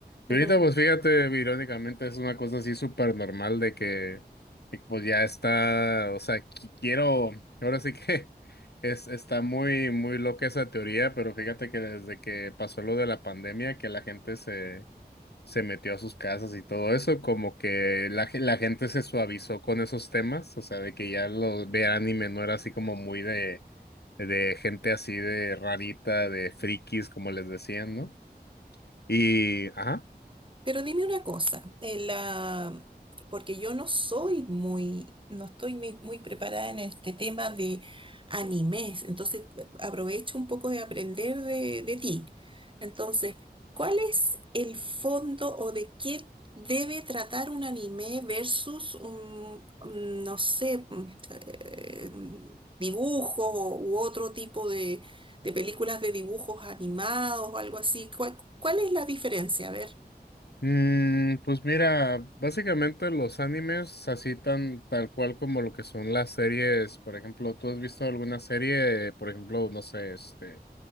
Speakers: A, on the right; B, on the left.
A: <laughs>
B: Ahorita, pues fíjate, irónicamente es una cosa así súper normal de que, de que, pues ya está, o sea, qui- quiero, ahora sí que <laughs> es, está muy, muy loca esa teoría, pero fíjate que desde que pasó lo de la pandemia, que la gente se, se metió a sus casas y todo eso, como que la, ge- la gente se suavizó con esos temas, o sea, de que ya lo de anime no era así como muy de, de gente así de rarita, de frikis, como les decían, ¿no? Y, ajá.
A: Pero dime una cosa, en la- porque yo no soy muy, no estoy muy, muy preparada en este tema de animes, entonces eh, aprovecho un poco de aprender de, de ti. Entonces, ¿cuál es el fondo o de qué debe tratar un anime versus un, mm, no sé, mm, eh, mm, dibujo u otro tipo de, de películas de dibujos animados o algo así? ¿Cuál, cuál es la diferencia? A ver.
B: Mm, pues mira, básicamente los animes así tan tal cual como lo que son las series, por ejemplo, ¿tú has visto alguna serie, por ejemplo, no sé, este